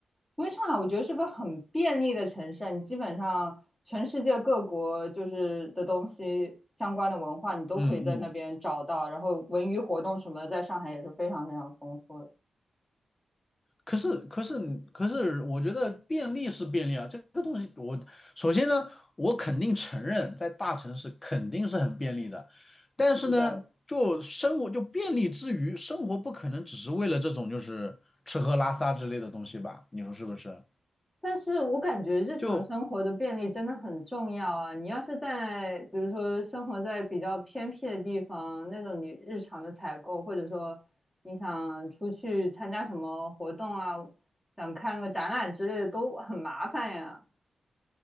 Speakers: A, in the centre; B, on the left.
A: 因为上海我觉得是个很便利的城市啊，你基本上全世界各国就是的东西相关的文化，你都可以在那边找到，
B: 嗯嗯，
A: 然后文娱活动什么的，在上海也是非常非常丰富的。
B: 可是可是可是，我觉得便利是便利啊，这个东西我首先呢，我肯定承认在大城市肯定是很便利的，但是呢，
A: 是的
B: 就生活就便利之余，生活不可能只是为了这种就是吃喝拉撒之类的东西吧，你说是不是？
A: 但是我感觉日常生活的便利真的很重要啊！
B: 就
A: 你要是在，比如说生活在比较偏僻的地方，那种你日常的采购，或者说你想出去参加什么活动啊，想看个展览之类的，都很麻烦呀。